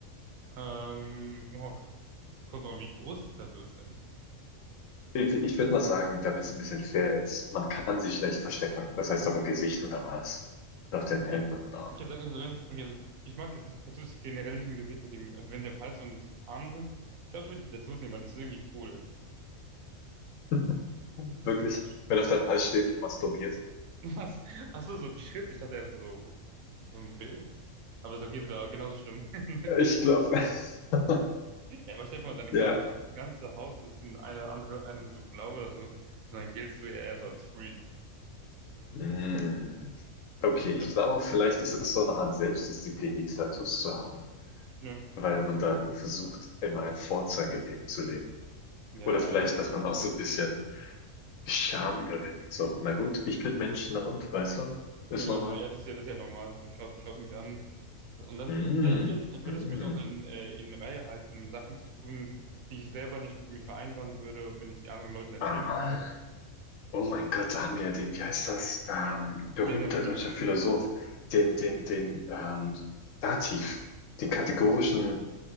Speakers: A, on the right; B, on the left.
A: Ähm, oh, kommt drauf an, wie groß die Tattoos sind.
B: Ich, ich würde mal sagen, damit es ein bisschen fair ist, man kann sich schlecht verstecken. Das heißt auch im Gesicht und am Hals. Und auf den
A: Okay.
B: Händen und Armen.
A: Okay, sag- also wenn's, okay, also ich mag Gesi- Tattoos generell nicht im Gesicht, deswegen, also wenn sie am Hals und Armen sind, ich glaube, ich würde die Tattoos nehmen, weil das ist irgendwie cool.
B: <laughs>
A: Das
B: Wirklich?
A: hat
B: Wenn auf deinem Hals steht, masturbiert.
A: <laughs> was. Ach so, <laughs> so ein Schritt. Ich dachte ja so, so ein Bild. Aber ist okay, es wäre genauso schlimm. <laughs> Na gut.
B: Ich glaube, <laughs>
A: Ja, aber stell dir vor, deine
B: ja.
A: ganze, ganze Haut ist ein- eine andere, eine so blau oder so. Und dann giltst du ja eher so als Freak.
B: Hm.
A: Weißt
B: Okay,
A: du? Ich
B: ich
A: hab,
B: glaube, vielleicht ist es so eine Art Selbstdisziplin, die Tattoos zu haben,
A: ja,
B: weil man dann versucht, immer ein Vorzeigeleben zu leben.
A: ja,
B: Oder vielleicht, dass man auch so ein bisschen Scham überwinden. So, na gut, ich bin Mensch, na und, weißt du? Ist
A: ja, genau
B: normal.
A: so. Ja, das ist ja, das ist ja normal. So, schau, schau mich an. Und dann,
B: Mm,
A: vielleicht, vielleicht würde
B: mm.
A: es mich auch dann äh, in Reihe halten, Sachen zu tun, die ich selber nicht mit mir vereinbaren würde, wenn ich die anderen Leuten erzählen
B: Ah,
A: würde.
B: oh mein Gott, da haben wir ja den, wie heißt das? Ähm, berühmter
A: Gläserner Mensch.
B: deutscher Philosoph, den, den, den ähm, Dativ, den kategorischen